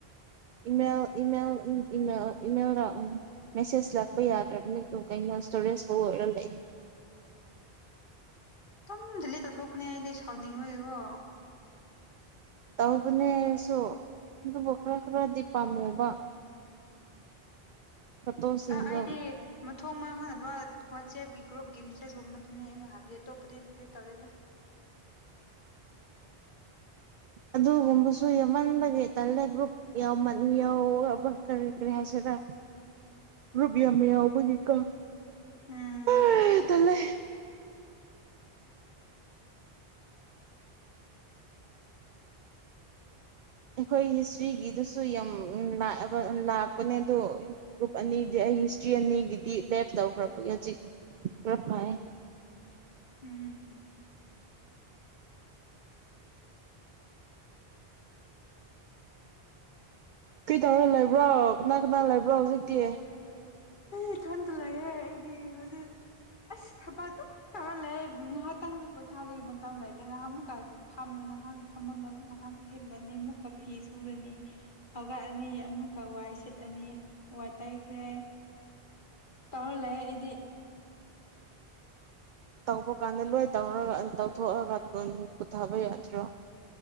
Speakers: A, on the right (about 60°); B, on the left (about 55°).
A: ꯏꯃꯦꯜ ꯏꯃꯦꯜ ꯏꯃꯦꯜ ꯏꯃꯦꯜ ꯂꯥꯛ ꯎꯝ ꯃꯦꯁꯦꯁ ꯂꯥꯛꯄ ꯌꯥꯗ꯭ꯔꯕꯅꯤ ꯑꯗꯨꯝ ꯀꯩꯅꯣ ꯏꯁꯇꯣꯔꯦꯖ ꯐꯨꯜ ꯑꯣꯏꯔ ꯂꯩ
B: ꯗꯨꯝ ꯗꯤꯂꯦꯠ ꯇꯧꯊꯣꯛꯄꯅꯦ ꯑꯩꯗꯤ ꯁꯥꯎꯅꯤꯡꯕꯒꯤꯀꯣ
A: ꯇꯧꯕꯅꯦꯁꯨ ꯑꯗꯨꯕꯨ ꯈꯔ ꯈꯔꯗꯤ ꯄꯥꯝꯃꯦꯕ ꯐꯣꯇꯣꯁꯤꯡꯗꯣ
B: ꯑ ꯑꯩꯗꯤ ꯃꯊꯣꯡ ꯈꯪꯗꯕ ꯋꯥꯆꯦꯞꯀꯤ ꯒ꯭ꯔꯨꯞꯀꯤ ꯃꯦꯁꯦꯁ ꯀꯨꯝꯕꯗꯨꯅꯦ ꯑꯩꯅ ꯍꯥꯏꯕꯗꯤ ꯑꯇꯣꯞꯄꯗꯤ ꯗꯤꯂꯦꯠ ꯇꯧꯗꯦꯗ
A: ꯑꯗꯨꯒꯨꯝꯕꯁꯨ ꯌꯃꯟꯕꯒꯤ ꯇꯜꯂꯦ ꯒ꯭ꯔꯨꯞ ꯌꯥꯎꯃꯟ ꯌꯎꯕ ꯀꯔꯤ ꯀꯔꯤ ꯍꯥꯏꯁꯤꯔ ꯒ꯭ꯔꯨꯞ ꯌꯥꯏ ꯌꯥꯎꯕꯀꯤꯀꯣ
B: ꯎꯝ
A: ꯑ ꯇꯜꯂꯦ ꯑꯩꯈꯣꯏ ꯍꯤꯁꯇ꯭ꯔꯤꯒꯤꯗꯨꯁꯨ ꯌꯥꯝ ꯂꯛꯑꯦꯕ ꯂꯥꯛꯄꯅꯦ ꯑꯗꯨ ꯒ꯭ꯔꯨꯞ ꯑꯅꯤꯗꯤ ꯑꯩ ꯍꯤꯁꯇ꯭ꯔꯤ ꯑꯅꯤꯒꯤꯗꯤ ꯂꯦꯞ ꯇꯧꯈ꯭ꯔꯕꯒꯤ ꯍꯧꯖꯤꯛ ꯇꯔ ꯐꯩꯌꯦ
B: ꯎꯝ
A: ꯀ꯭ꯔꯤ ꯇꯧꯔ ꯂꯩꯕ꯭ꯔꯣ ꯀꯅꯥ ꯀꯅꯥ ꯂꯩꯕ꯭ꯔꯣ ꯍꯧꯖꯤꯛꯇꯤ
B: ꯑꯩ ꯏꯊꯟꯇ ꯂꯩꯌꯦ ꯑꯩꯗꯤ ꯍꯖꯤꯛ ꯑꯁ ꯊꯕꯛ ꯗꯨꯝ ꯇꯧꯔꯥ ꯂꯩ ꯉꯥꯏꯍꯥꯛꯇꯪꯖꯨ ꯄꯣꯊꯥꯕꯒꯤ ꯃꯇꯝ ꯂꯩꯇꯦ ꯉꯍꯥꯟꯃꯨꯛꯀ ꯐꯝꯂ ꯉꯍꯥꯛ ꯐꯃꯟꯗꯕ ꯉꯏꯍꯥꯛ ꯍꯤꯞꯂꯅꯤ ꯃꯨꯛꯀ ꯐꯤ ꯁꯨꯔꯅꯤ ꯍꯧꯒꯠꯂꯅꯤ ꯑꯃꯨꯛꯀ ꯋꯥꯏ ꯁꯤꯠꯂꯅꯤ ꯋꯥꯏ ꯇꯩꯈ꯭ꯔꯦ ꯇꯧꯔꯥ ꯂꯩꯌꯦ ꯑꯩꯗꯤ
A: ꯇꯧꯕ ꯀꯥꯟꯗ ꯂꯣꯏ ꯇꯧꯔꯒ ꯇꯧꯊꯣꯛꯑꯒ ꯑꯗꯨꯝ ꯄꯨꯊꯥꯕ ꯌꯥꯗ꯭ꯔꯣ